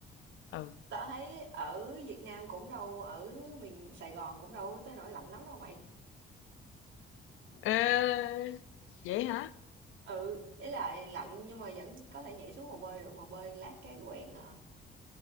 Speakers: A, on the left; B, on the right.
A: ừ
B: Tao thấy ở Việt Nam cũng đâu, ở miền Sài Gòn cũng đâu tới nỗi lạnh lắm đâu mày.
A: Ê, vậy hả
B: Ừ, ý là lạnh nhưng mà vẫn có thể nhảy xuống hồ bơi được mà bơi lát cái quen à.